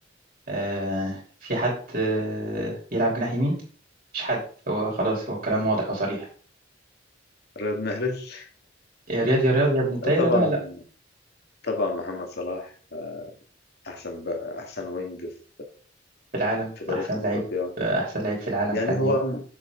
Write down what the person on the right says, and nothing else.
آه في حد آه يلعب جناح يمين مش حد هو خلاص هو الكلام واضح وصريح
يا رياض يا رياض يا ابن الدايرة
لا لا
في العالم
أحسن
لعيب آه، أحسن لعيب في العالم
حاليا